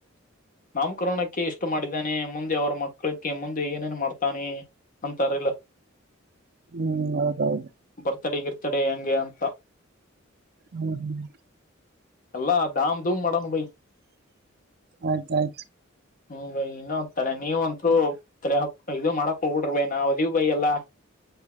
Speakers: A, on the left; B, on the right.
A: ನಾಮಕರಣಕ್ಕೆ ಎಷ್ಟು ಮಾಡಿದ್ದೇನೆ ಮುಂದೆ ಅವ್ರ ಮಕ್ಕಳಕ್ಕೆ ಮುಂದ ಏನೇನ್ ಮಾಡ್ತಾನೆ ಅಂತಾರಿಲ್ಲ
B: ಹ್ಮ್ ಹೌದೌದು
A: ಬರ್ ಬರ್ತಡೇ ಗಿರ್ತಡೆ ಹೆಂಗೆ ಅಂತ.
B: ಹ್ಮ್ ಹ್ಮ್
A: ಎಲ್ಲಾ ದಾಮ್ ದುಮ್ ಮಾಡನು ಬೈ.
B: ಆಯ್ತಾಯ್ತು
A: ಹ್ಮ್ ಬೈ ಇನ್ನೊ ತಲೆ ನೀವ್ ಅಂತ್ರು ತಲ್ಯ ಹಾಕ್ ಇದು ಮಾಡಕ್ ಹೋಗುಡ್ರು ಬೈ ನಾವ್ ಅದಿವಿ ಭೈ ಎಲ್ಲಾ.